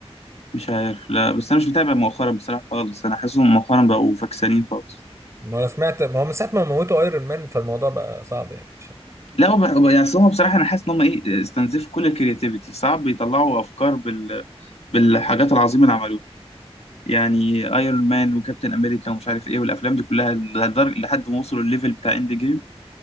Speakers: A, on the left; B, on the right.
A: مش عارف لا بس انا مش متابع مؤخرا بصراحة خالص انا حاسسهم مؤخرا بقوا فكسانين خالص
B: ما انا سمعت ما هو من ساعة ما موتوا ايرون مان فالموضوع بقى صعب يعني
A: لا وب- وب- يعني أصل هم بصراحة انا حاسس ان هم ايه استنزفوا كل الكرياتيفيتي صعب يطلعوا افكار بال... بالحاجات العظيمة اللي عملوها يعني ايرون مان وكابتن امريكا ومش عارف ايه والافلام دي كلها لدر- لحد ما وصلوا الليفل بتاع اند جيم